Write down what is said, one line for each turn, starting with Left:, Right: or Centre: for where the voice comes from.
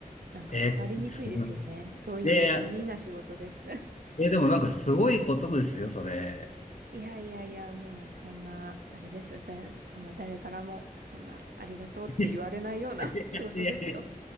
Right: なんかわかりにくいですよね。
Left: え、すごい。
Right: そういう地味な仕事です。
Left: で、え、でもなんかすごいことですよ、それ。
Right: いやいやいや、もうそんな、あれですよ。だ、そんな誰からも、そんな、ありがとうって言われないような
Left: いやいやいや
Right: <laughs> 仕事ですよ。